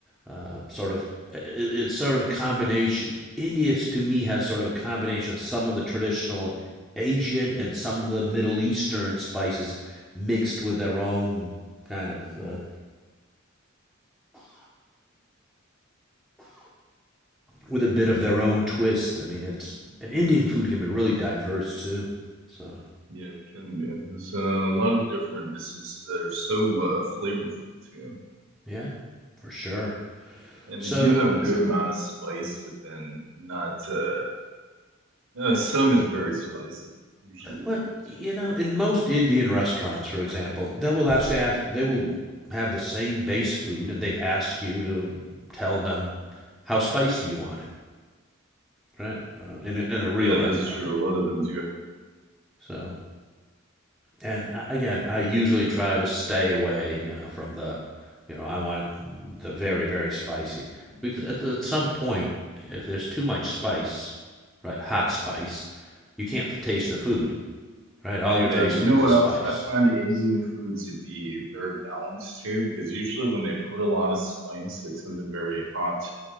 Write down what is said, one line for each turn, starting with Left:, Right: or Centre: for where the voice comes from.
Centre: Uh, sort of, it's sort of a combination. India, to me, has sort of a combination of some of the traditional Asian and some of the Middle Eastern spices mixed with their own kind of, uh, with a bit of their own twist. I mean, it's and Indian food can be really diverse too. So
Right: Yeah, it can be. There's uh, a lot of different dishes that are so uh, flavorful too,
Centre: yeah, for sure.
Right: and
Centre: So,
Right: they do have a good amount of spice, but then not uh, Uh, some is very spicy, but usually
Centre: well,
Right: not too
Centre: you
Right: crazy.
Centre: know, in most Indian restaurants, for example, they will ask, ask
Right: Mhm.
Centre: they will have the same base food, and they ask you to tell them how spicy you want it, right? Uh, in, a, in a real
Right: Yeah,
Centre: restaurant.
Right: that's true. A lot of them do.
Centre: So, and I, again, I usually try to stay away, you know, from the, you know, I want it the very very spicy because at, the, at some point, if there's too much spice, right, hot spice, you can't taste the food, right? All you're
Right: Yeah,
Centre: tasting
Right: you know
Centre: is
Right: what
Centre: a spice.
Right: else? I find Indian food to be very balanced too, because usually when they put a lot of spice, like something very hot,